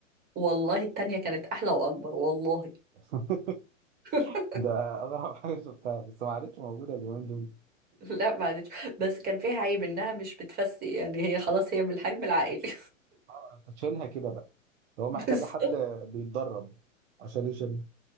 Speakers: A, on the right; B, on the right.
A: والله التانية كانت أحلى وأكبر والله
B: <laughs>
A: <laughs>
B: ده أغرب حاجة شفتها بس ما عادتش موجودة اليومين دول
A: لا معلش بس كان فيها عيب إنها مش بتفسي يعني هي خلاص هي بالحجم العائلي
B: آه، أنت تشيلها كده بقى لو محتاجة
A: <laughs> بس
B: حد بيتدرب عشان يشيل